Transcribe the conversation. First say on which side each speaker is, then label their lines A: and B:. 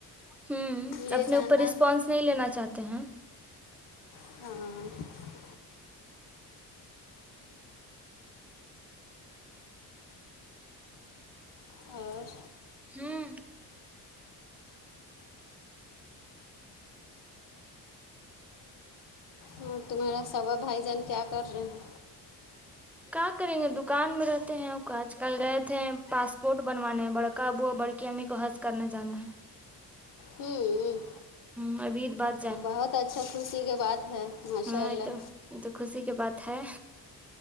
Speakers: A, in the centre; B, on the left.
A: ہوں
B: لے
A: اپنے
B: جانا
A: اوپر رسپانس نہیں لینا چاہتے ہیں
B: ہاں اور
A: ہوں
B: ہاں تمہارا سوا بھائی جان کیا کر رہے ہیں
A: کیا کریں گے دکان میں رہتے ہیں آج کل رہتے ہیں پاسپورٹ بنوانے بڑکا بو بڑکی کہ امی کو حض کرنا جانا ہے
B: ہوں
A: ہ ابھیید بات
B: تو بہت اچھا خوشی کے بات ہے ماشاء
A: ہاں
B: اللہ
A: یہ تو یہ تو خوشی کی بات ہے